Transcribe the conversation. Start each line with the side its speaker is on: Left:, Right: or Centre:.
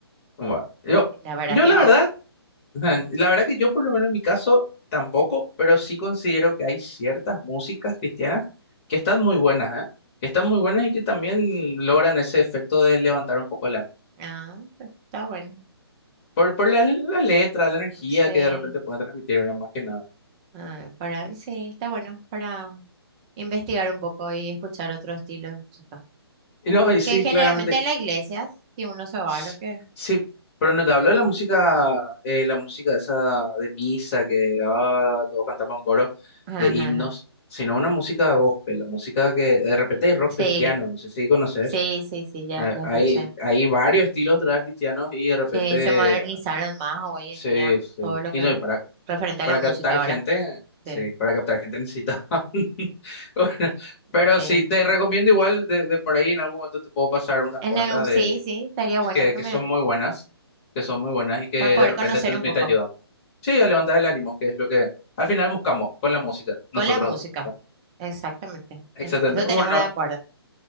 Left: Bueno, yo,
Right: La verdad
Left: yo
Right: que,
Left: la
Right: oh,
Left: verdad, <laughs> ajá, la verdad que yo por lo menos en mi caso tampoco, pero sí considero que hay ciertas músicas cristianas que están muy buenas, ¿eh? Que están muy buenas y que también logran ese efecto de levantar un poco el ánimo.
Right: Ah, pues, está bueno.
Left: Por, por la, la letra, la energía
Right: Sí,
Left: que de repente pueden transmitir, ¿verdad? Más que nada.
Right: ah, para, sí, está bueno para investigar un poco y escuchar otro estilo de música.
Left: Y no, y sí,
Right: Que generalmente
Left: claramente.
Right: en las iglesias, si uno se va,
Left: s-
Right: a lo que...
Left: Sí, pero no te hablo de la música, eh, la música esa de misa, que ah, todos cantamos en coro,
Right: Ajá,
Left: de
Right: ajá,
Left: himnos,
Right: ajá.
Left: sino una música gospel, la música que de repente hay rock
Right: Sí,
Left: cristiano, no sé si conoces.
Right: sí, sí, sí, ya,
Left: Eh,
Right: ya
Left: hay,
Right: escuché.
Left: hay varios estilos de trap cristianos y de repente.
Right: Sí, se modernizaron más hoy
Left: Sí,
Right: en día
Left: sí.
Right: todo lo
Left: Y
Right: que
Left: no,
Right: es
Left: y para.
Right: referente a
Left: Para
Right: la música,
Left: captar gente,
Right: ¿verdad?
Left: sí,
Right: Sí,
Left: para captar gente necesita. <laughs> Bueno, pero
Right: sí.
Left: sí, te recomiendo igual de, de por ahí en algún momento te puedo pasar unas
Right: En
Left: cuantas
Right: algún,
Left: de
Right: sí, sí, estaría bueno
Left: que,
Right: que
Left: que
Right: me...
Left: son muy buenas, que son muy buenas y que
Right: para
Left: de
Right: poder
Left: repente
Right: conocer
Left: te,
Right: un
Left: te
Right: poco,
Left: ayudan. Sí,
Right: sí,
Left: a levantar el ánimo, que es lo que al final buscamos con la música,
Right: con
Left: nosotros
Right: la música.
Left: dos. ¿verdad?
Right: Exactamente.
Left: Excelente.
Right: En- Eso tenemos
Left: Bueno,
Right: de acuerdo.